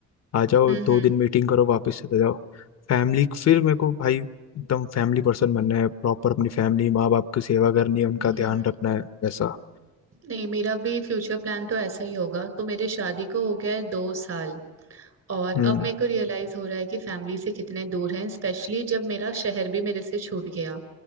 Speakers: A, on the left (about 60°); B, on the right (about 55°).
A: आ जाओ
B: हम्म
A: दो
B: हम्म
A: दिन मीटिंग करो वापस चले जाओ फैमिली फिर मेरे को भाई एकदम फैमिली पर्सन बनना है प्रॉपर अपनी फैमिली माँ बाप की सेवा करनी है उनका
B: हम्म।
A: ध्यान रखना है वैसा
B: नहीं मेरा भी फ्यूचर प्लान तो ऐसा ही होगा तो मेरे शादी को हो गया है दो साल और
A: हम्म
B: अब मेरे को रियलाइज हो रहा है कि फैमिली से कितने दूर हैं स्पेशली जब मेरा शहर भी मेरे से छूट गया